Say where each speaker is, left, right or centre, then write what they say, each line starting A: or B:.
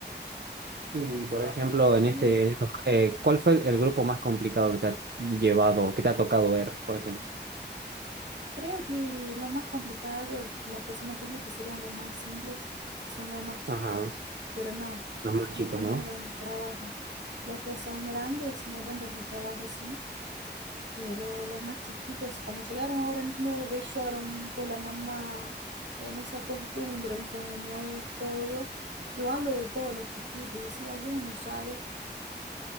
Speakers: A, on the right; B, on the right.
A: Y, por ejemplo,
B: Así
A: en este,
B: es.
A: en estos, eh, ¿cuál fue el, el grupo más complicado que te ha llevado, que te ha tocado ver, por ejemplo?
B: Creo que lo más complicado, las personas piensan que serían los más simples, son los más chiquitos,
A: Ajá,
B: pero no,
A: los más
B: son
A: chicos,
B: los que más
A: ¿no?
B: dan un trabajo. Los que son grandes no dan tanto trabajo así, Pero los más chiquitos, como llegaron ahora en clubes lloran por la mamá, eh, no se acostumbran como es todo. Yo hablo de todos los chiquitos, y si alguno sabe,